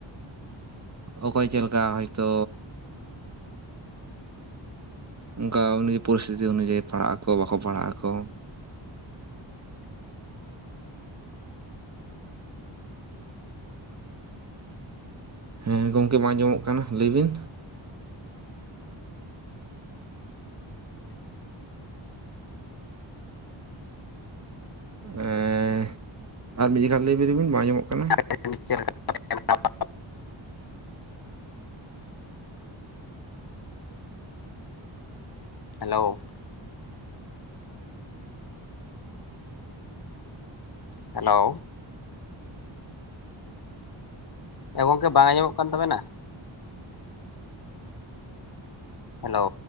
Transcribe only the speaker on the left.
<unintelligible> ᱦᱪ <unintelligible> ᱦᱮᱞᱳ ᱦᱮᱞᱳ ᱮ ᱜᱚᱝᱠᱮ ᱵᱟᱝ ᱟᱸᱡᱚᱢᱚᱜ ᱠᱟᱱ ᱛᱟᱵᱮᱱᱟ ᱦᱮᱞᱳ